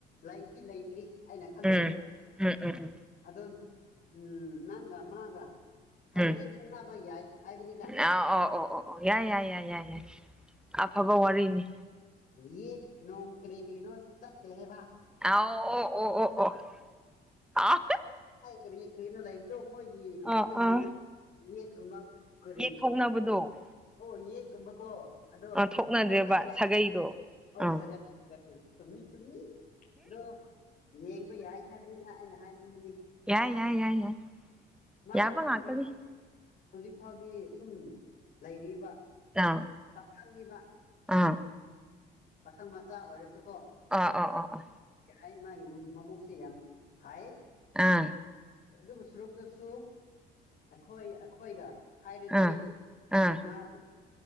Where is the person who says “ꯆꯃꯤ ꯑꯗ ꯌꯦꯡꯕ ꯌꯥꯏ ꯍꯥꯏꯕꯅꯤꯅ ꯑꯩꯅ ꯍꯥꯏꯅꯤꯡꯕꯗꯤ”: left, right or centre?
Left